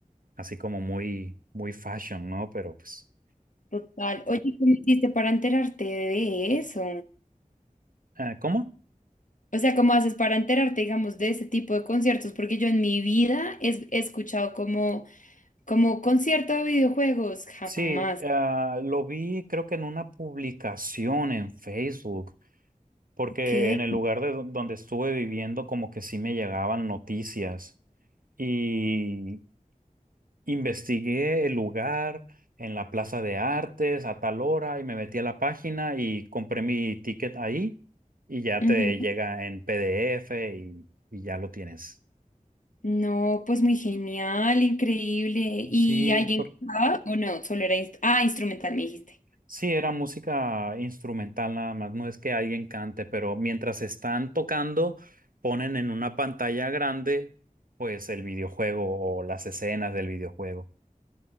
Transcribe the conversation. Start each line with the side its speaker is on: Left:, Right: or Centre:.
Right: así como muy, muy fashion, ¿no? Pero pues,
Left: Total. Oye, ¿cómo hiciste para enterarte de eso?
Right: eh, ¿cómo?
Left: O sea, ¿cómo haces para enterarte, digamos, de ese tipo de conciertos? Porque yo en mi vida es- he escuchado como, como concierto de videojuegos, jamás.
Right: Sí, ah, lo vi creo que en una publicación en Facebook, porque
Left: ¿Qué?
Right: en el lugar de do- donde estuve viviendo como que sí me llegaban noticias y investigué el lugar en la Plaza de Artes a tal hora y me metí a la página y compré mi ticket ahí y ya
Left: Ujú.
Right: te llega en PDF y, y ya lo tienes.
Left: No, pues muy genial, increíble. ¿Y
Right: Sí,
Left: alguien
Right: por-
Left: cantaba o no? Solo era, inst- ah, instrumental, me dijiste.
Right: sí, era música instrumental nada más, no es que alguien cante, pero mientras están tocando, ponen en una pantalla grande pues el videojuego o las escenas del videojuego.